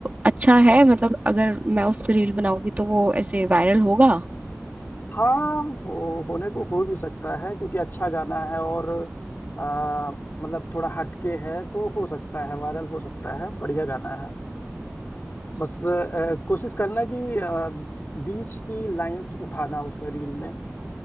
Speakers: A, on the right (about 30°); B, on the left (about 45°).
A: अच्छा है मतलब अगर मैं उस पर रील बनाऊंगी तो वो ऐसे वायरल होगा
B: हाँ वो होने को हो भी सकता है क्योंकि अच्छा गाना है और आ, मतलब थोड़ा हटके है तो हो सकता है वायरल हो सकता है बढ़िया गाना है
A: हम्म।
B: बस आ, कोशिश करना कि आ, बीच की लाइंस उठाना उसमें रील में